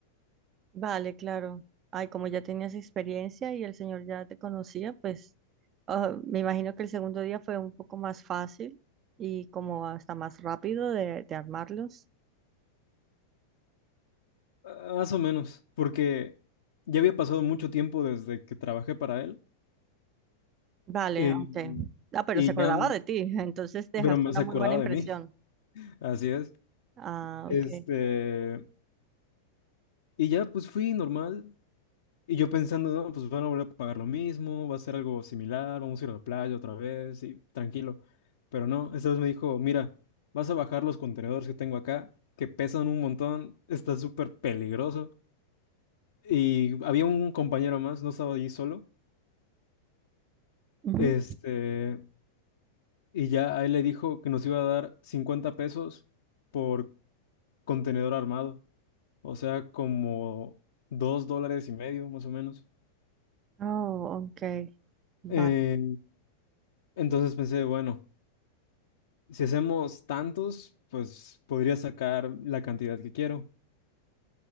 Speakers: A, on the right; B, on the left.
A: Vale, claro. Ay, como ya tenías experiencia y el señor ya te conocía, pues ah, me imagino que el segundo día fue un poco más fácil y como hasta más rápido de, de armarlos.
B: Ah, Más o menos, porque ya había pasado mucho tiempo desde que trabajé para él
A: Vale,
B: eh,
A: ok. Ah, pero
B: y
A: se acordaba
B: ya,
A: de ti, entonces dejaste
B: pero
A: una
B: se
A: muy
B: acordaba
A: buena impresión.
B: de mí, <laughs> así es.
A: Ah,
B: Este,
A: ok.
B: y ya pues fui normal, Y yo pensando, no, pues van a volver a pagar lo mismo, va a ser algo similar, vamos a ir a la playa otra vez y tranquilo. Pero no, esta vez me dijo, mira, vas a bajar los contenedores que tengo acá, que pesan un montón, está súper peligroso. Y había un compañero más, no estaba allí solo,
A: Ujú.
B: este, y ya a él le dijo que nos iba a dar 50 pesos por contenedor armado, o sea, como dos dólares y medio, más o menos.
A: Oh, ok. Va-
B: Eh, entonces pensé, bueno. Si hacemos tantos, pues podría sacar la cantidad que quiero.